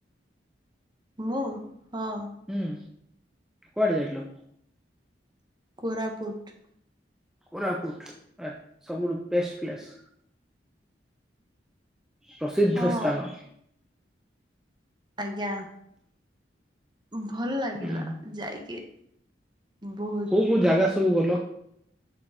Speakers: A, on the right (about 25°); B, in the centre.
A: ମୁଁ ହଁ।
B: ହୁଁ କୁଆଡେ ଯାଇଥିଲ?
A: କୋରାପୁଟ।
B: କୋରାପୁଟ ଏ ସବୁଠୁ ବେଷ୍ଟ ପ୍ଲେସ। ପ୍ରସିଦ୍ଧ
A: ହଁ
B: ସ୍ଥାନ।
A: ଆଜ୍ଞା, ଭଲ ଲାଗିଲା
B: ହୁଁ
A: ଯାଇକି। ବହୁତ।
B: ମୁଁ ଜାଗା ସବୁ ଗଲ।